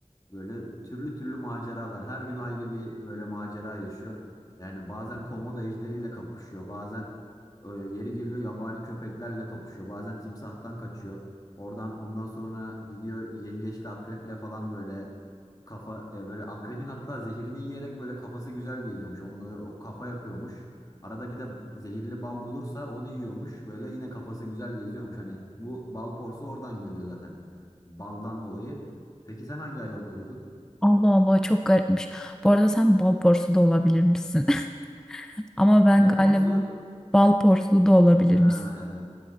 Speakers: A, on the left; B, in the centre.
A: böyle türlü türlü maceralar. Her gün ayrı bir böyle macera yaşıyor. Yani bazen komodo ejderiyle kapışıyor. Bazen e, yeri geliyor yabani köpeklerle kapışıyor. Bazen timsahtan kaçıyor. Oradan ondan sonra gidiyor yengeçle akreple falan böyle Kafa e, böyle akrebin hatta zehirini yiyerek böyle kafası güzel geziyormuş. Onunla o kafa yapıyormuş. Arada bir de zehirli bal bulursa onu yiyormuş. Böyle yine kafası güzel geziyormuş. Hani bu bal porsu oradan geliyor zaten. Baldan dolayı. Peki sen hangi hayvan olurdun?
B: Allah Allah çok garipmiş. Bu arada sen bal porsu da olabilirmişsin. <laughs> Ama ben
A: Ne
B: galiba
A: porsu?
B: bal porsu da olabilirmişsin.
A: Ha evet